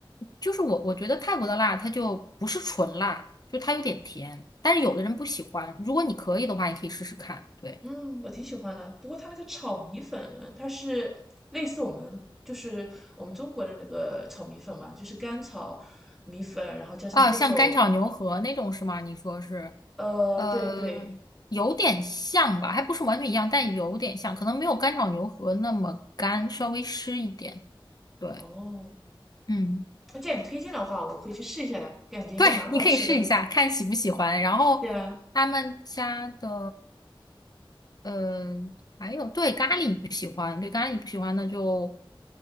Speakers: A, on the left; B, in the centre.
A: 就是我我觉得泰国的辣它就不是纯辣，就它有点甜，但是有的人不喜欢，如果你可以的话，你可以试试看，对。
B: 嗯，我挺喜欢的。不过它那个炒米粉，它是类似我们就是我们中国的那个炒米粉嘛，就是干炒米粉，然后加上各种
A: 啊，像干炒牛河那种是吗？你说是，
B: 呃，
A: 呃，
B: 对对，
A: 有点像吧，还不是完全一样，但有点像，可能没有干炒牛河那么干，稍微湿一点。对，
B: 哦。
A: 嗯，
B: 那既然你推荐的话，我会去试一下的，感觉应该蛮好吃的。
A: 对，你可以试一下，看喜不喜欢。然后
B: 对啊，
A: 他们家的，呃，还有对咖喱不喜欢，对咖喱不喜欢那就